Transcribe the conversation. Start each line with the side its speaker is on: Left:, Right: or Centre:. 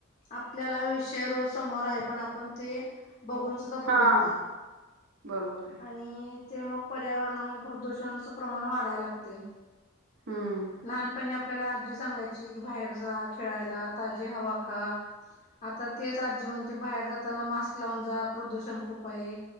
Left: आपल्याला विषय रोज समोर आहे पण आपण ते बघून सुद्धा
Right: हा
Left: बघत नाही
Right: बरोबर आहे
Left: आणि ते मग पर्यावरणामध्ये प्रदूषणाच प्रमाण वाढाय लागते
Right: हम्म
Left: लहानपणी आपण आपल्याला आजी सांगायची की बाहेर जा खेळायला ताजी हवा खा आता तेच आजी म्हणते बाहेर जाताना मास्क लावून जा प्रदूषण खूप आहे.